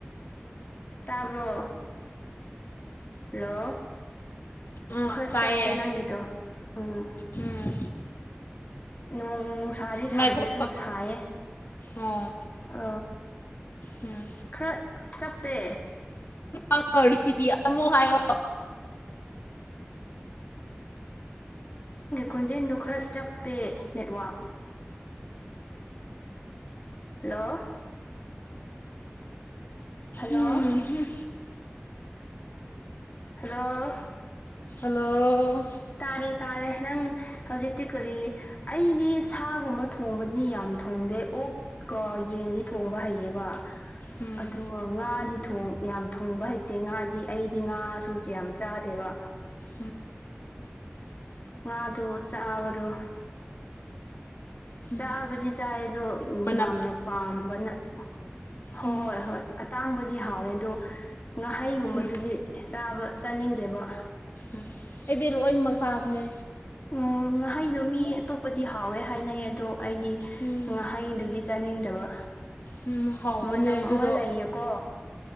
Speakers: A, on the left; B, on the left.
A: ꯇꯥꯕ꯭ꯔꯣ ꯍꯜꯂꯣ
B: ꯎꯝ
A: ꯈꯣꯏ
B: ꯇꯥꯏꯌꯦ
A: ꯆꯞꯄꯦ ꯅꯪꯒꯤꯗꯣ ꯎꯝ
B: ꯎꯝ
A: ꯅꯣꯡ ꯅꯨꯡꯁꯥꯗꯤ ꯁꯥꯗꯦ
B: ꯉꯥꯏꯈꯣꯀꯣ
A: ꯑꯗꯨ ꯁꯥꯏꯌꯦ
B: ꯑꯣ
A: ꯑ
B: ꯎꯝ
A: ꯈꯔ ꯆꯞꯄꯦ
B: ꯉꯣ ꯔꯤꯁꯤꯄꯤ ꯑꯃꯛ ꯍꯥꯏꯔꯣ
A: ꯈꯣꯟꯖꯦꯜꯗꯨꯣ ꯈꯔ ꯆꯞꯄꯦ ꯅꯦꯠꯋꯥꯛ ꯍꯜꯂꯣ ꯍꯜꯂꯣ
B: ꯎꯝ
A: ꯍꯜꯂꯣ
B: ꯍꯂꯣ
A: ꯇꯥꯔꯦ ꯇꯥꯔꯦ ꯅꯪ ꯍꯧꯖꯤꯛꯇꯤ ꯀꯔꯤ ꯑꯩꯗꯤ ꯁꯥꯒꯨꯝꯕ ꯊꯣꯡꯕꯗꯤ ꯌꯥꯝ ꯊꯣꯡꯗꯦ ꯑꯣꯛꯀꯣ ꯌꯦꯟꯗꯤ ꯊꯣꯡꯕ ꯍꯩꯌꯦꯕ
B: ꯎꯝ
A: ꯑꯗꯨꯒ ꯉꯥꯗꯤ ꯌꯥꯝ ꯊꯣꯡꯕ ꯍꯩꯇꯦ ꯉꯥꯗꯤ ꯑꯩꯗꯤ ꯉꯥꯁꯨ ꯌꯥꯝ ꯆꯥꯗꯦꯕ
B: ꯎꯝ
A: ꯉ ꯇ ꯆꯕꯗꯨꯣ
B: ꯎꯝ
A: ꯆꯥꯕꯨꯗꯤ ꯆꯥꯏ ꯑꯗꯣ
B: ꯃꯅꯝ
A: ꯌꯥꯝꯅ ꯄꯥꯝꯕꯅ ꯍꯣꯏ
B: ꯎꯝ
A: ꯍꯣꯏ ꯍꯣꯏ ꯑꯇꯥꯡꯕꯗꯤ ꯍꯥꯎꯋꯦ ꯑꯗꯣ ꯉꯥꯍꯩꯒꯨꯝꯕꯗꯨꯗꯤ
B: ꯎꯝ
A: ꯆꯥꯕ ꯆꯥꯅꯤꯡꯗꯦꯕ
B: ꯎꯝ ꯑꯩꯗꯤ ꯂꯣꯏꯃꯛ ꯁꯥꯥꯕꯅꯦ
A: ꯎ ꯉꯍꯩꯗꯣ ꯃꯤ ꯑꯇꯣꯞꯄꯗꯤ ꯍꯥꯎꯋꯦ ꯍꯥꯏꯅꯩꯌꯦ ꯑꯗꯣ ꯑꯩꯗꯤ
B: ꯎꯝ
A: ꯉꯥꯍꯩꯗꯨꯗꯤ ꯆꯥꯅꯤꯡꯗꯕ
B: ꯎꯝ ꯍꯥꯎꯕꯅꯦ
A: ꯃꯅꯝ
B: ꯑꯗꯨꯗꯣ
A: ꯑꯃ ꯂꯩꯌꯦꯀꯣ